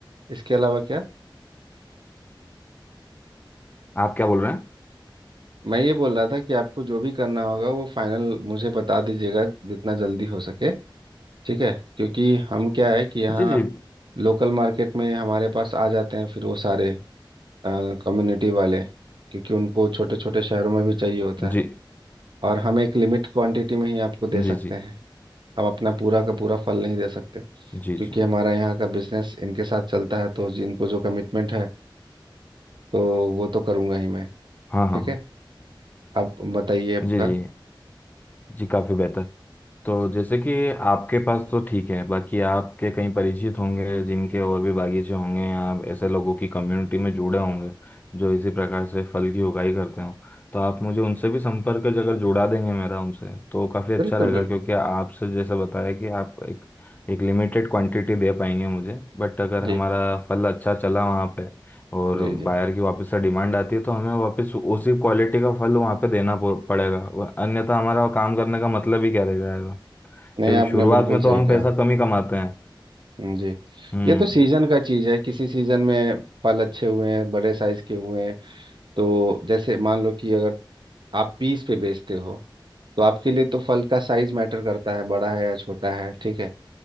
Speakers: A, on the right; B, on the left.
A: इसके अलावा क्या
B: आप क्या बोल रहे हैं
A: मैं ये बोल रहा था कि आपको जो भी करना होगा वो फाइनल मुझे बता दीजिएगा जितना जल्दी हो सके ठीक है क्योंकि हम क्या है कि यहाँ
B: जी जी
A: लोकल मार्केट में हमारे पास आ जाते हैं फिर वो सारे कम्युनिटी वाले क्योंकि उनको छोटे छोटे शहरों में भी चाहिए होता है
B: जी
A: और हम एक लिमिट क्वांटिटी में ही आपको दे
B: जी
A: सकते
B: जी जी
A: हैं हम अपना पूरा का पूरा फल नहीं दे सकते
B: जी
A: क्योंकि
B: जी
A: हमारा यहाँ का बिजनेस इनके साथ चलता है तो जिनको जो कमिटमेंट है तो वो तो करूँगा ही मैं
B: हाँ हाँ
A: ठीक
B: हाँ
A: है आप बताइए आपका
B: जी जी जी काफ़ी बेहतर तो जैसे कि आपके पास तो ठीक है बाकी आपके कहीं परिचित होंगे जिनके और भी बागीचे होंगे या ऐसे लोगों की कम्युनिटी में जुड़े होंगे जो इसी प्रकार से फल की उगाई करते हो तो आप मुझे उनसे भी संपर्क अगर जुड़ा देंगे मेरा उनसे तो काफ़ी अच्छा
A: बिल्कुल
B: रहेगा
A: बिल्कुल
B: क्योंकि आपसे जैसा बताया कि आप एक एक लिमिटेड क्वांटिटी दे पाएंगे मुझे बट अगर
A: जी
B: हमारा फल अच्छा चला वहाँ पे और
A: जी जी
B: बायर की वापस से डिमांड आती है तो हमें वापस उसी क्वालिटी का फल वहाँ पे देना पो- पड़ेगा वह- अन्यथा हमारा काम करने का मतलब ही क्या रह जाएगा
A: नहीं
B: क्योंकि
A: आपने
B: शुरुआत
A: बिल्कुल
B: में तो
A: सही
B: हम पैसा
A: कहा
B: कम ही कमाते हैं
A: हम्म, जी
B: हम्म
A: ये तो सीजन का चीज है किसी सीजन में फल अच्छे हुए हैं बड़े साइज के हुए हैं तो जैसे मान लो कि अगर आप पीस पे बेचते हो तो आपके लिए तो फल का साइज मैटर करता है बड़ा है या छोटा है ठीक है